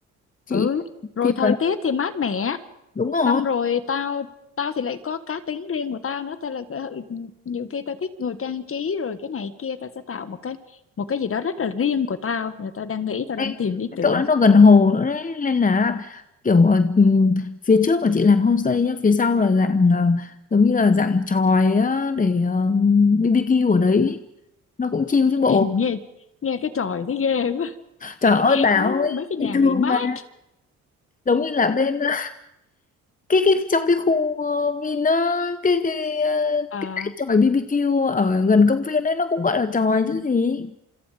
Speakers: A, on the left; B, on the left.
A: chị
B: ừ rồi
A: thì
B: thời
A: là
B: tiết thì mát mẻ
A: đúng rồi
B: xong rồi tao tao thì lại có cá tính riêng của tao nữa tao là cái- nhiều khi tao thích ngồi trang trí rồi cái này kia tao sẽ tạo một cái một cái gì đó rất là riêng của tao Rồi tao đang nghĩ tao
A: đây
B: đang tìm ý
A: cái
B: tưởng
A: chỗ đó nó
B: <laughs>
A: gần hồ nữa đấy nên là kiểu ờ, ừm, phía trước là chị làm homestay nhá phía sau là dạng ờ, giống như là dạng chòi á, để ờ, BBQ ở đấy nó cũng chill chứ bộ
B: thì nghe nghe cái chòi thấy ghê quá
A: trời
B: <laughs>
A: ơi bà ơi
B: nó mấy cái
A: <laughs>
B: nhà
A: thương
B: nghỉ mát
A: bà giống như là bên ờ, cái cái trong cái khu ờ, Vin á, cái cái ờ,
B: à,
A: cái dãy chòi BBQ ở gần công viên ấy nó cũng gọi là chòi chứ gì